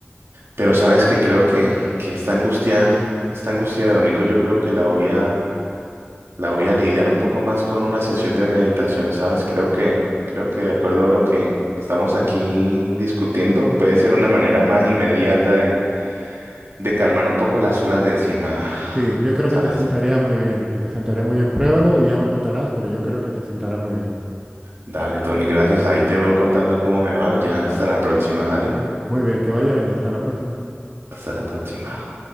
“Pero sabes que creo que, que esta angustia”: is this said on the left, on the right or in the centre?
Right